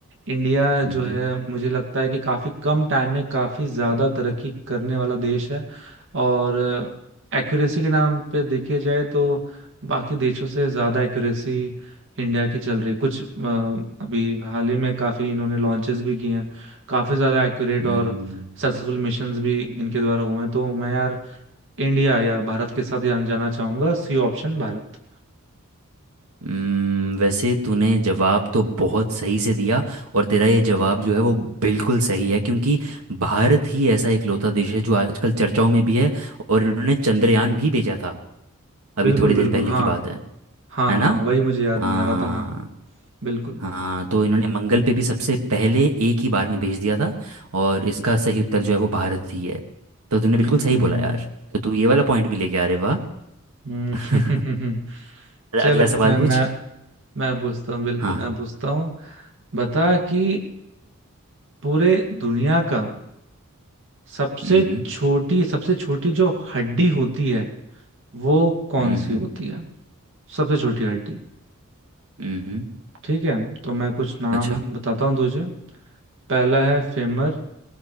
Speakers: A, on the right; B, on the right.
A: इंडिया
B: हम्म,
A: जो है मुझे लगता है कि काफी कम टाइम में काफी ज्यादा तरक्की करने वाला देश है और एक्यूरेसी के नाम पे देखे जाए तो बाकी देशों से ज्यादा एक्यूरेसी इंडिया की चल रही है कुछ अ, अभी हाल ही में काफी इन्होंने लॉन्चेस भी किए हैं काफी ज्यादा एक्यूरेट
B: हम्म,
A: और सक्सेसफुल मिशंस भी इनके द्वारा हुए हैं तो मैं यार इंडिया या भारत के साथ जाना जाना चाहूंगा सी ऑप्शन भारत
B: हम्म, वैसे तूने जवाब तो बहुत सही से दिया और तेरा ये जवाब जो है वो बिल्कुल सही है क्योंकि भारत ही ऐसा इकलौता देश है जो आजकल चर्चाओं में भी है और इन्होंने चंद्रयान भी भेजा था अभी
A: बिल्कुल
B: थोड़ी
A: बिल्कुल
B: देर पहले
A: हाँ
B: की बात है
A: हाँ
B: है
A: हाँ
B: ना
A: वही मुझे याद
B: हाँ
A: नहीं आ रहा था हाँ बिल्कुल
B: हाँ तो इन्होंने मंगल पे भी सबसे पहले एक ही बार में भेज दिया था और इसका सही उत्तर जो है वो भारत ही है तो तूने बिल्कुल
A: हम्म
B: सही बोला यार तो तू ये वाला पॉइंट भी लेके आ रहे वाह
A: हम्म,
B: <laughs>
A: <laughs>
B: अरे,
A: चल
B: अगला
A: अब
B: सवाल
A: मैं मैं
B: पूछ
A: मैं पूछता हूँ बिल्कुल
B: हाँ
A: मैं
B: हाँ
A: पूछता हूँ बता कि पूरे दुनिया का सबसे
B: हम्म
A: छोटी सबसे छोटी जो हड्डी होती है वो कौन
B: हम्म
A: सी
B: हम्म
A: होती है सबसे छोटी हड्डी
B: हम्म, हम्म,
A: ठीक है तो मैं कुछ नाम
B: अच्छा
A: बताता हूँ तुझे पहला है फेमर